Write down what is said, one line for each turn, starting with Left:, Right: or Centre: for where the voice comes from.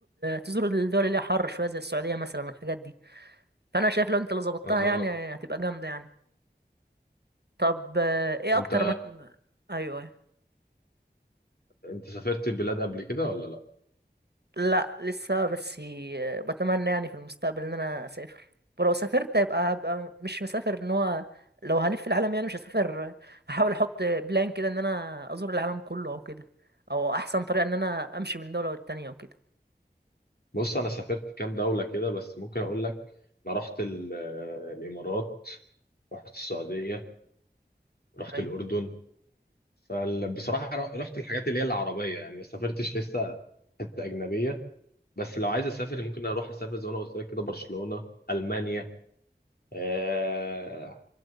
Right: تزور الدول اللي هي حر شويه زي السعوديه مثلا والحاجات دي فانا شايف لو انت اللي ظبطتها
Left: اها
Right: يعني هتبقى جامده يعني طب آه، ايه
Left: انت
Right: اكتر مكان ايوه ايوه
Left: انت سافرت بلاد قبل كده ولا لا؟
Right: لا لسه بس آه، بتمنى يعني في المستقبل ان انا اسافر ولو سافرت يبقى هبقى مش مسافر ان هو لو هلف في العالم يعني مش هسافر هحاول احط بلان كده ان انا ازور العالم كله او كده او احسن طريقه ان انا امشي من دوله للتانيه وكده
Left: بص انا سافرت كام دولة كده بس ممكن اقول لك انا رحت ال- الامارات رحت السعودية رحت
Right: ايوه
Left: الاردن فبصراحة رحت الحاجات اللي هي العربية يعني ما سافرتش لسه حتة اجنبية بس لو عايز اسافر ممكن اروح اسافر زي ما انا قلت لك كده برشلونة المانيا آه،